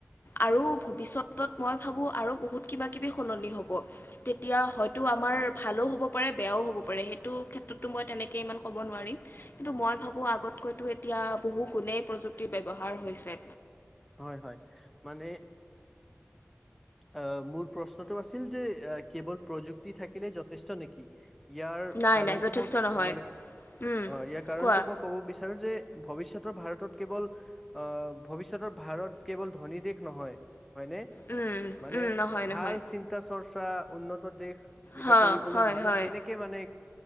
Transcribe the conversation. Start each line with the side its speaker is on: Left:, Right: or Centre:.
Left: আৰু ভৱিষ্যতত মই ভাবো আৰু বহুত কিবা কিবি সলনি হ'ব। তেতিয়া হয়তো আমাৰ ভালো হ'ব পাৰে বেয়াও হ'ব পাৰে সেইটো ক্ষেত্ৰ তটো মই তেনেকৈ ইমান ক'ব নোৱাৰিম কিন্তু, মই ভাবোঁ আগতকৈতো এতিয়া বহু গুণেই প্ৰযুক্ত ক্তি ব্যৱহাৰ হৈছে।
Centre: হয়, হয়, মানে আহ, মোৰ প্ৰশ্নটো আছিল যে কেৱল প্ৰযুক্তি থাকিলে যথেষ্ট নেকি? ইয়াৰ
Left: নাই
Centre: কাৰণটো
Left: নাই যথেষ্ট
Centre: মই
Left: নহয়
Centre: মানে
Left: উম
Centre: অ', ইয়াৰ কাৰণটো
Left: কোৱা
Centre: মই ক'ব বিচাৰো যে ভৱিষ্যতৰ ভাৰতত কেৱল আহ, ভৱিষ্যতৰ ভাৰত কেৱল ধনী দেশ নহয় হয়নে?
Left: উম।
Centre: মানে
Left: উম নহয়
Centre: ভাল
Left: নহয়
Centre: চিন্তা চৰ্চা উন্নত দেশ এটা
Left: হয়
Centre: কৰিবলৈ
Left: হয়
Centre: মানুহ
Left: হয়
Centre: কেনেকে <unintelligible> মানে,